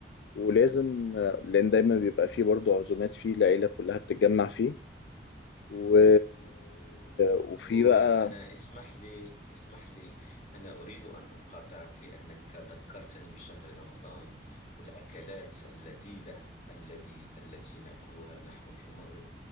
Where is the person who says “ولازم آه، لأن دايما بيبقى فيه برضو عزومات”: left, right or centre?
Left